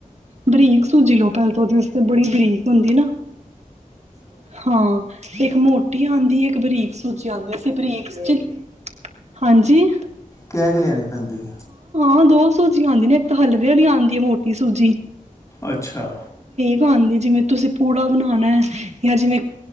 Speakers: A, on the right; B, on the left.
A: ਬਰੀਕ ਸੂਜੀ ਲਓ, ਪਹਿਲ ਤਾਂ ਉਹਦੇ ਵਾਸਤੇ ਬੜੀ ਬਰੀਕ ਹੁੰਦੀ ਨਾ? ਹਾਂ ਇੱਕ ਮੋਟੀ ਆਉਂਦੀਏ, ਇੱਕ ਬਰੀਕ ਸੂਜੀ ਆਉਂਦੀ, ਅਸੀਂ ਬਰੀਕ ਚ ਹਾਂਜੀ ਜੀ।
B: ਕੈ ਕੇ ਲੈਣੀ ਪੈਂਦੀ।
A: ਹਾਂ ਦੋ ਸੂਜੀਆਂ ਆਉਂਦੀ ਨੇ, ਇੱਕ ਤਾਂ ਹਲਵੇ ਵਾਲੀ ਆਉਂਦੀ ਹੈ ਮੋਟੀ ਸੂਜੀ।
B: ਅੱਛਾ।
A: ਪਾਉਂਦੀ ਜਿਵੇਂ ਤੁਸੀਂ ਪੂੜਾ ਬਣਾਉਣਾ ਐ, ਜਾਂ ਜਿਵੇਂ